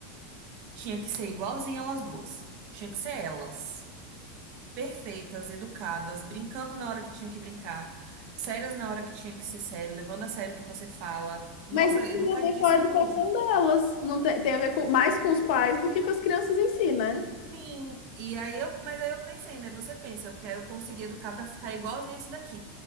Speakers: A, on the right; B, on the left.
A: tinha que ser igualzinho elas duas. Tinha que ser elas, perfeitas, educadas, brincando na hora que tinha que brincar sérias na hora que tinha que ser sério, levando a sério o que você fala. Nossa,
B: Mas isso
A: educadíssimas
B: tem a ver com a educação
A: no último.
B: delas. Não tem, tem a ver com, mais com os pais do que com as crianças em si, né?
A: Sim, e aí eu, mas aí eu pensei, né? Você pensa, eu quero conseguir educar pra ficar igualzinho isso daqui.